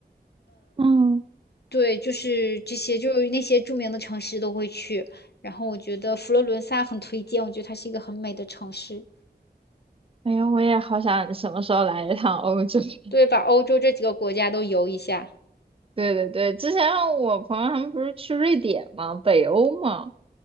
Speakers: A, on the right; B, on the left.
A: 嗯，
B: 对，就是这些，就是那些著名的城市都会去。然后我觉得佛罗伦萨很推荐，我觉得它是一个很美的城市。
A: 哎呀，我也好想什么时候来一趟欧洲。<laughs>
B: 对，把欧洲这几个国家都游一下。
A: 对对对，之前我朋友他们不是去瑞典吗？北欧吗？